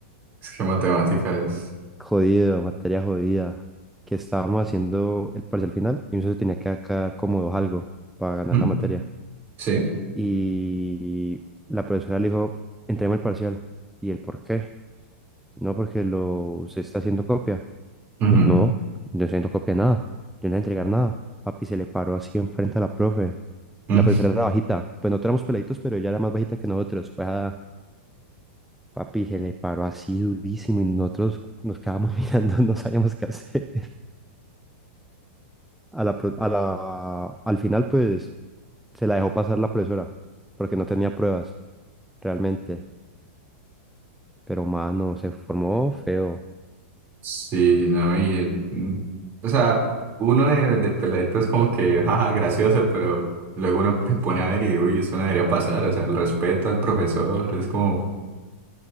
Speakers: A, on the right; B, in the centre.
A: es que matemática es...
B: Jodido, materia jodida. Que estábamos haciendo el parcial final y mi socio tenía que sacar como dos algo para ganar
A: ¿Mm?
B: la materia.
A: Sí.
B: Y la profesora le dijo, entreguemos el parcial. ¿Y el por qué? No, porque lo, se está haciendo copia.
A: Ujú,
B: Y él, no, yo no estoy haciendo copia de nada. Yo no voy a entregar nada. Papi se le paró así enfrente a la profe.
A: ujú.
B: La profesora era bajita. Pues no éramos peladitos, pero ella era más bajita que nosotros. Pues ah, Papi, se le paró así durísimo y nosotros nos quedábamos <laughs> mirando, no sabíamos qué hacer. A la, pro- a la, al final, pues, se la dejó pasar la profesora, porque no tenía pruebas, realmente. Pero, mano, se formó feo,
A: Sí, no, y el- mm, o sea, uno de, de peladito es como que, jaja, gracioso, pero luego uno se pone a ver y, uy, eso no debería pasar, o sea, el respeto al profesor, es como,